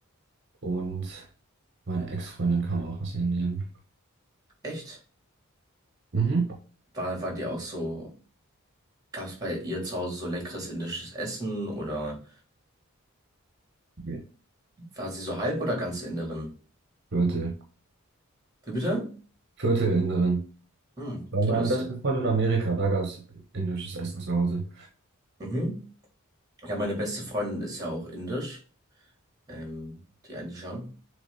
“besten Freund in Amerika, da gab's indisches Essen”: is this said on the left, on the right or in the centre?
Right